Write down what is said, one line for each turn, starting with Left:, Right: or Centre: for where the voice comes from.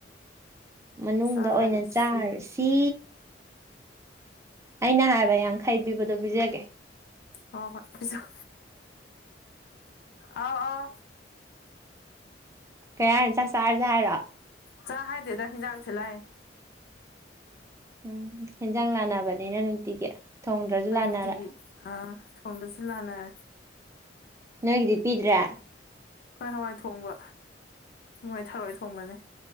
Right: ꯃꯅꯨꯡꯗ
Left: ꯆꯥꯔꯨꯁꯤ
Right: ꯑꯣꯏꯅ ꯆꯥꯔꯨꯁꯤ ꯑꯩꯅ ꯍꯥꯏꯕ ꯌꯥꯡꯈꯩ ꯄꯤꯕꯗꯣ ꯄꯤꯖꯒꯦ
Left: ꯍꯣ ꯍꯣꯏ ꯄꯤꯖꯧ ꯑꯥꯎ ꯑꯥꯎ
Right: ꯀꯩ ꯍꯥꯏꯅꯣ ꯆꯥꯛ ꯆꯥꯔꯖꯤ ꯍꯥꯏꯔꯣ
Left: ꯆꯥ ꯍꯥꯏꯗꯦꯗ ꯍꯤꯟꯖꯥꯡ ꯊꯤꯜ ꯂꯥꯛꯏꯅꯤ
Right: ꯎꯝ ꯍꯤꯟꯖꯥꯡ ꯂꯥꯟꯅꯕꯅꯤꯅ ꯅꯨꯡꯇꯤꯒꯤ ꯊꯣꯡꯗ꯭ꯔꯁꯨ
Left: ꯑꯈꯣꯏ
Right: ꯂꯥꯟꯅꯔꯦ
Left: ꯅꯨꯡꯇꯤꯒꯤ ꯑꯥ ꯊꯣꯡꯗꯁꯨ ꯂꯥꯟꯅꯔꯦ
Right: ꯅꯣꯏꯒꯤꯗꯤ ꯄꯤꯗ꯭ꯔꯦ
Left: ꯑꯈꯣꯏ ꯍꯋꯥꯏ ꯊꯣꯡꯕ ꯃꯣꯏ ꯊꯔꯣꯏ ꯊꯣꯡꯕꯅꯦ